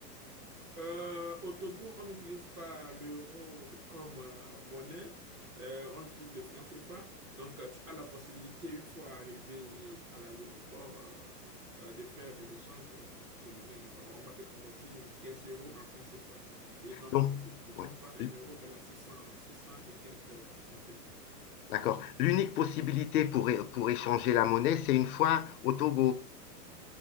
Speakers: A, on the right; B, on the left.
A: Euh, au Togo, on n'utilise pas l'euro comme euh, monnaie, Euh, on utilise le franc CFA. Donc, euh, tu as la possibilité, une fois arrivé à l'aéroport, euh, euh, de faire des échanges euh, de monnaie. Donc, on, on va te convertir tes euros en francs CFA. Et normalement,
B: Donc,
A: si je ne me
B: ouais,
A: trompe pas, un
B: l-
A: euro égale à six cents, six 600 et quelques euh, francs CFA.
B: d'accord. L'unique possibilité pour, é- pour échanger la monnaie, c'est une fois au Togo.